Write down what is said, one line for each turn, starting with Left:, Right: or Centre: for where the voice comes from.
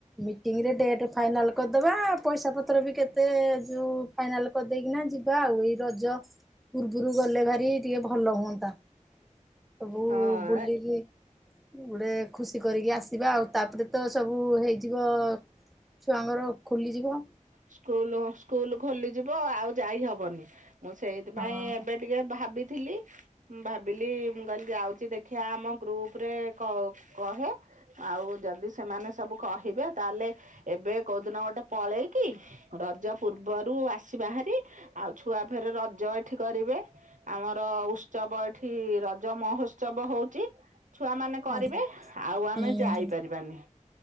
Centre: ମିଟିଂ ରେ ଡେଟ ଫାଇନାଲ କରିଦବା ପଇସା ପତ୍ର ବି କେତେ- ମତେ ଯୋଉ ଫାଇନାଲ କରିଦେଇକିନା ଯିବା ଆଉ ଏଇ ରଜ ପୂର୍ବରୁ ଗଲେ ଭାରି ଟିକେ ଭଲ ହୁଅନ୍ତା- ସବୁ
Right: ହଁ
Centre: ବୁଲି- ଗୋଟେ ଖୁସି କରିକି ଆସିବା ଆଉ- ତାପରେ ତ ସବୁ ହେଇଯିବ ଛୁଆଙ୍କର ଖୋଲିଯିବ-
Right: ସ୍କୁଲ ସ୍କୁଲ ଖୋଲିଯିବ ଆଉ ଯାଇ ହବନି- ମୁଁ ସେଇଥିପାଇଁ
Centre: ହଁ
Right: ଏବେ ଟିକେ ଭାବି- ଥିଲି ଭାବିଲି ମୁଁ କହିଲି ଯାଉଛି ଦେଖିବା ଆମ ଗ୍ରୁପ ରେ କହେ ଆଉ ଯଦି ସେମାନେ ସବୁ କହିବେ ତାହେଲେ ଏବେ କୋଉ ଦିନ ଗୋଟେ ପଳେଇ- କି ରଜ ପୂର୍ବରୁ ଆସି ବାହାରି ଆଉ ଛୁଆ ଫେର ରଜ ଏଠି କରିବେ ଆମର ଉତ୍ସବ ଏଠି ରଜ ମହୋତ୍ସବ ହଉଛି- ଛୁଆ ମାନେ କରିବେ
Centre: ଆଜ୍ଞା
Right: ଆଉ ଆମେ
Centre: ହୁଁ
Right: ଯାଇପାରିବାନି